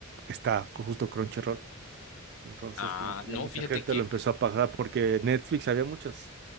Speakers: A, on the right; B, on the left.
A: está justo Crunchyroll. Entonces
B: Ah,
A: como que
B: no,
A: ya mucha
B: fíjate
A: gente
B: que
A: lo empezó a pagar porque Netflix había muchas.